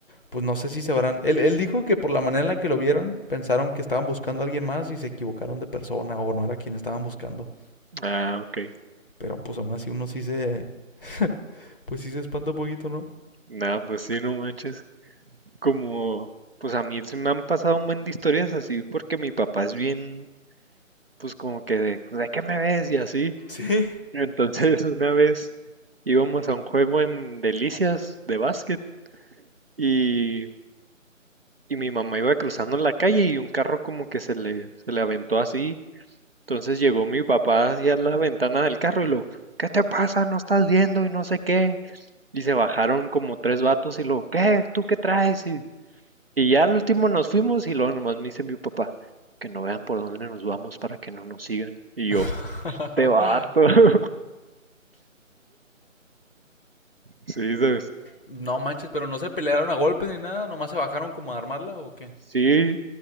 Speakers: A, on the left; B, on the right.
A: pues no sé si se habrán... Él, él dijo que por la manera en la que lo vieron, pensaron que estaban buscando a alguien más y se equivocaron de persona o no era quien estaban buscando.
B: Ah, ok.
A: Pero pues aún así uno sí se... <laughs> Pues sí se espanta un poquito, ¿no?
B: Nada, pues sí, no manches. Como, pues a mí se me han pasado un buen de historias así porque mi papá es bien, pues como que de, "Pues, ¿de qué me ves? Y así.
A: Sí.
B: Entonces <laughs> una vez íbamos a un juego en Delicias de básquet y, y mi mamá iba cruzando la calle y un carro como que se le, se le aventó así Entonces llegó mi papá hacia la ventana del carro y lo, ¿qué te pasa? No estás viendo y no sé qué. Y se bajaron como tres vatos y lo, ¿qué? ¿Tú qué traes? Y, y ya al último nos fuimos y luego nomás me dice mi papá, que no vean por dónde nos vamos para que no nos sigan. Y yo,
A: <laughs>
B: te vato. <laughs> Sí, ¿sabes?
A: No manches, pero no se pelearon a golpes ni nada, nomás se bajaron como a armarla o qué.
B: Sí,